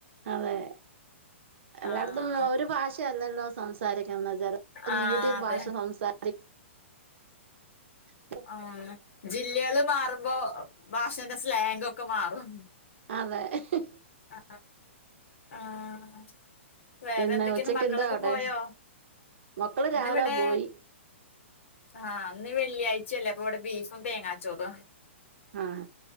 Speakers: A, on the right; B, on the left.
A: അതെ എല്ലായിടത്തും
B: ആഹ്
A: ഒരു ഭാഷയല്ലല്ലോ സംസാരിക്കുന്ന ച
B: ആഹ്
A: നീട്ടി
B: അതെ
A: ഭാഷ സംസാ അ <unintelligible>
B: ആ ജില്ലകള് മാറുമ്പോ ഭാഷന്റെ സ്ലാങൊക്കെ മാറും.
A: അതെ. അ്ഹ്
B: അ അ ആഹ് വേറെന്തൊക്കെണ്.
A: പിന്നെ ഉച്ചക്ക്
B: മക്കളൊക്കെ
A: എന്താ അവിടെ
B: പോയോ?
A: മക്കള്
B: ഇന്നി
A: രാവിലെ
B: വിടെ
A: പോയി
B: ആ ഇന്ന് വെള്ളിയാഴ്ചയല്ലേ? അപ്പൊവടെ ബീഫും തേങ്ങാച്ചോറ.
A: ആ.